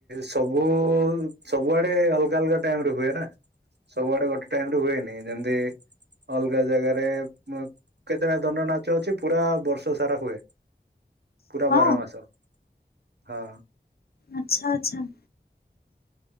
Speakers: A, on the right (about 75°); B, on the left (about 60°).
A: ସବୁ ସବୁଆଡେ ଅଲଗା ଅଲଗା ଟାଇମରେ ହୁଏ ନା। ସବୁଆଡେ ଗୋଟେ ଟାଇମରେ ହୁଏନି ଯେମତି ଅଲଗା ଜାଗାରେ- କେତେଟା ଦଣ୍ଡ ନାଚ ଅଛି ପୁରା ବର୍ଷ ସାରା ହୁଏ ପୁରା
B: ହଁ
A: ବାର ମାସ। ହଁ
B: ଆଛା ଆଛା